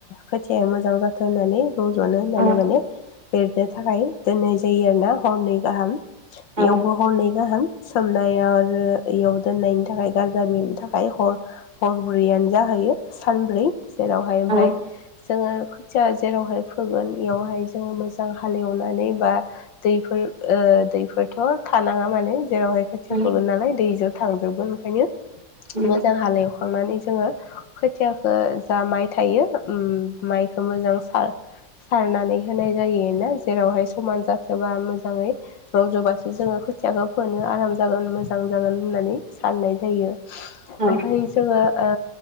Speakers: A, on the left; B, on the right.
A: खोथिया मोजां जाथों होननानै रज'नो होननानै
B: औ
A: माने बेरनो थाखाय दोननाय जायो आरो ना हरनै गाहाम।
B: औ
A: इयावबो हरनै गाहाम सोमनायाव आरो इयाव दोननायनि थाखाय गाजा बेरनि थाखाय हर हरब्रैयानो जाहो खायो सानब्रै। जेरावहाय ओमफ्राय
B: औ
A: जोङो खोथिया जेरावहाय फोगोन बेयावहाय जोङो मोसौवजों मोजां हालेवनानै बा दैफोर ओ दैफोरथ' थानाङा माने जेरावहाय खोथिया
B: उम
A: फोगोन नालाय दैजों थांजोबगोन ओंखायनो
B: उम
A: मोजां हालेवखांनानै जोङो खोथियाखो जा माइ थायो उ माइखौ मोजां सार नानै होनाय जायोना जेरावहाय समान जाथोबा मोजाङै रज'बासो जोङो खोथियाखो फोनो आराम जागोन मोजां जागोन होननानै साननाय जायो।
B: औ
A: ओमफ्राय जोङो ओ